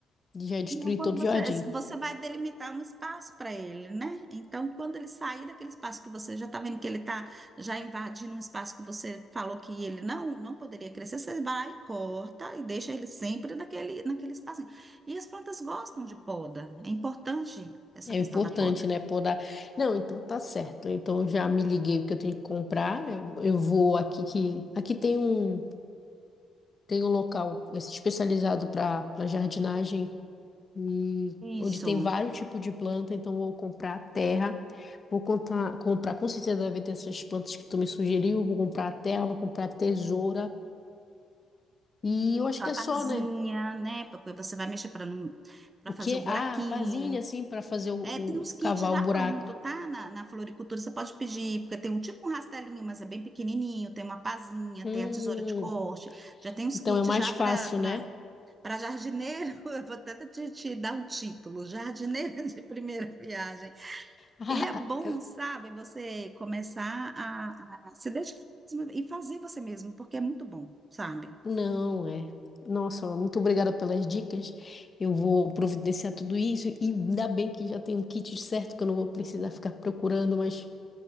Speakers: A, on the left (about 30°); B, on the right (about 30°).
A: Já destruí
B: Não, Quando
A: todo
B: você,
A: o jardim.
B: você vai delimitar um espaço para ele, né? Então, quando ele sair daquele espaço que você já está vendo que ele está já invadindo um espaço que você falou que ele não não poderia crescer, você vai, corta e deixa ele sempre naquele, naquele espacinho. E as plantas gostam de poda. É importante essa
A: É
B: questão
A: importante,
B: da poda.
A: né? Podar. Não, então tá certo. Então eu já me liguei o que eu tenho que comprar. Eu, eu vou aqui que. Aqui tem um, tem um local especializado para para jardinagem e onde
B: Isso,
A: tem vários tipos de planta. Então eu vou comprar terra. Vou contar, comprar, com certeza deve ter essas plantas que tu me sugeriu. Vou comprar terra, vou comprar tesoura. E eu acho
B: isso, a
A: que é
B: pazinha,
A: só, né?
B: né? Porque você vai mexer para não, para
A: O
B: fazer
A: quê?
B: o buraquinho.
A: Ah, pazinha, assim, para fazer o,
B: É,
A: o
B: tem uns kits
A: cavar
B: já
A: o buraco.
B: pronto, tá? Na, na floricultura você pode pedir, porque tem um tipo um rastelinho, mas é bem pequenininho, tem uma pazinha,
A: Hum.
B: tem a tesoura de corte, já tem uns
A: Então
B: kits
A: é mais
B: já
A: fácil,
B: para
A: né?
B: para jardineiro, <laughs> eu vou até te, te dar um título, jardineiro de primeira viagem.
A: <laughs>
B: E é bom, sabe, você começar a, a se dedicar mesmo e fazer você mesmo, porque é muito bom, sabe?
A: Não, é. Nossa, muito obrigada pelas dicas. Eu vou providenciar tudo isso e ainda bem que já tem um kit certo que eu não vou precisar ficar procurando, mas